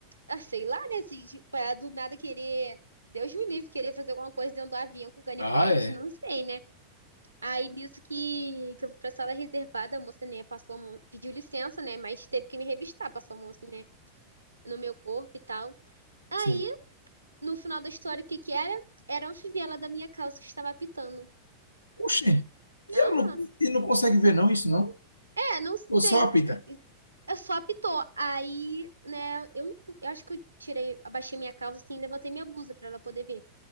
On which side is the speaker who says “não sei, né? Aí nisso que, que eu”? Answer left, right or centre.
Right